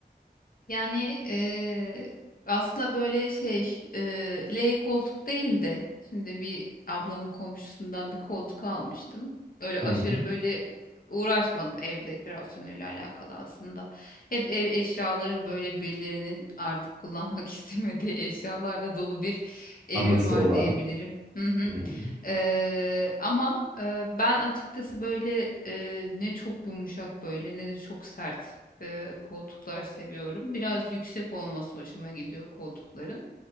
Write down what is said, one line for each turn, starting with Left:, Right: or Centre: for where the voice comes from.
Left: Yani eee, aslında böyle şey eee L koltuk değil de şimdi bir ablamın komşusundan bir koltuk almıştım. Öyle aşırı
Right: Hı hı.
Left: böyle u- uğraşmadım ev dekorasyonuyla alakalı aslında. Hep ev eşyaların böyle birilerinin artık kullanmak <laughs> istemediği eşyalarla dolu bir evim
Right: Anısı
Left: var
Right: olan.
Left: diyebilirim. Hı hı.
Right: Hı hı.
Left: Eee, ama eee, ben açıkçası böyle eee, ne çok yumuşak böyle ne de çok sert eee, koltuklar seviyorum. Biraz yüksek olması hoşuma gidiyor koltukların.